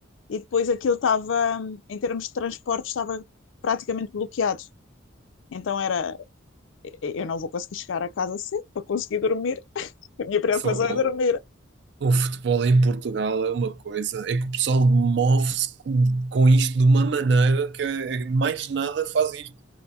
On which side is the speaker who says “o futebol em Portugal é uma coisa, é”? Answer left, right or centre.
Right